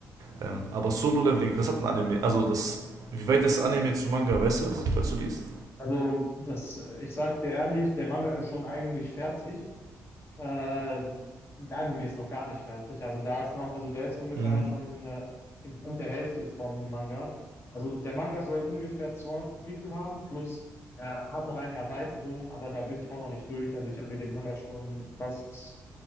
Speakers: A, on the right; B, on the left.
A: Ähm, aber Solo-Leveling, das hat ein Anime, also das, wie weit ist Anime zu Manga, weißt du das, falls du liest?
B: Also das, äh, ich sag dir ehrlich, der Manga ist schon eigentlich fertig. Äh, der Anime ist noch gar nicht fertig. Also da ist noch, also der ist ungefähr
A: Mhm.
B: schon in der, im Punkt der Hälfte vom Manga. Also der Manga soll ungefähr 200 Kapitel haben, plus er hat noch eine Erweiterung, aber da bin ich auch noch nicht durch. Also ich habe mir den Manga schon fast,